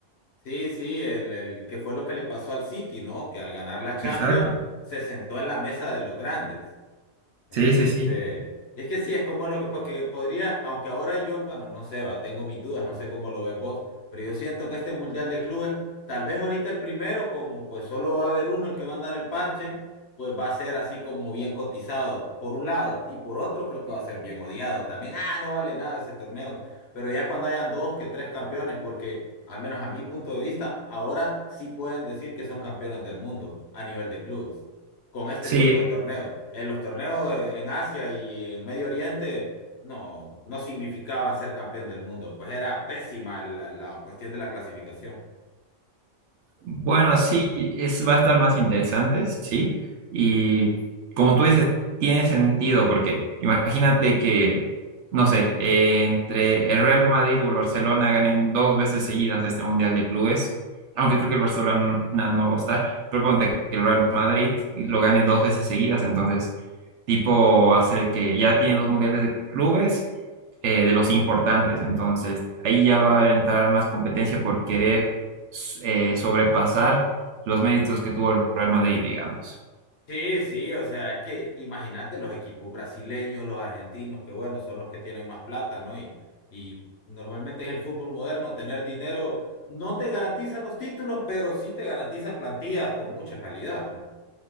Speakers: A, on the left; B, on the right.
A: Sí, sí, el, el que fue lo que le pasó al City, ¿no? Que al ganar la Champions
B: Exacto.
A: se sentó en la mesa de los grandes. Entonces,
B: Sí, sí, sí. Bueno,
A: es que sí, es como lo que, porque podría, aunque ahora yo, bueno, no sé, va, tengo mis dudas, no sé cómo lo ves vos, pero yo siento que este Mundial de Clubes, tal vez ahorita el primero, como pues solo va a haber uno el que va a andar el parche, pues va a ser así como bien cotizado, por un lado, y por otro creo que va a ser bien odiado también, ah, no vale nada ese torneo, pero ya cuando hayan dos que tres campeones, porque al menos a mi punto de vista, ahora sí pueden decir que son campeones del mundo a nivel de clubes con este
B: Sí,
A: tipo de torneos. En los torneos eh, en Asia y en Medio Oriente no, no significaban ser campeón del mundo, pues era pésima la, la cuestión de la clasificación.
B: Bueno, sí, es, va a estar más interesante, sí. Y como tú dices, tiene sentido, porque imagínate que, no sé, eh, entre el Real Madrid o el Barcelona ganen dos veces seguidas este Mundial de Clubes, aunque creo que el Barcelona no va a estar, pero ponte que el Real Madrid lo gane dos veces seguidas, entonces, tipo, hacer que ya tiene dos Mundiales de Clubes eh, de los importantes. Entonces, ahí ya va a entrar más competencia por querer s- eh, sobrepasar los méritos que tuvo el Real Madrid, digamos.
A: Sí, sí, o sea, es que imagínate los equipos brasileños, los argentinos, que bueno, son los que tienen más plata, ¿no? Y, y normalmente en el fútbol moderno tener dinero no te garantiza los títulos, pero sí te garantiza plantillas con mucha calidad, pues.